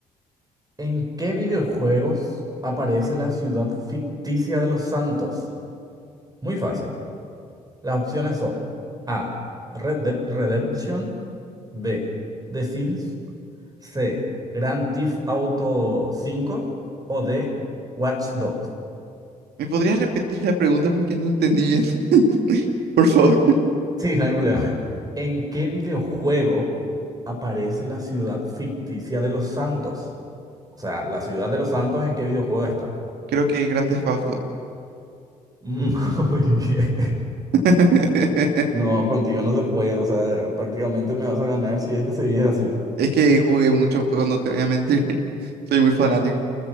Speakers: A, on the right; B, on the right.
A: ¿En qué videojuegos aparece la ciudad ficticia de Los Santos? Muy fácil. Las opciones son A. Red Dead Redemption. B. The Sims C. Grand Theft Auto cinco o D. Watch Dogs. <laughs>
B: ¿Me podrías repetir la pregunta porque no entendí bien? <laughs> Por favor.
A: Sí, no hay problema. ¿En qué videojuego aparece la ciudad ficticia de Los Santos? O sea, la ciudad de Los Santos, ¿en qué videojuego está?
B: Creo que Grand Theft Auto.
A: <laughs> Muy bien.
B: <laughs>
A: No, contigo no se puede. O sea, prácticamente me vas a ganar si es que seguís así.
B: Es que jugué muchos juegos, no te voy a mentir. <laughs> Soy muy fanático.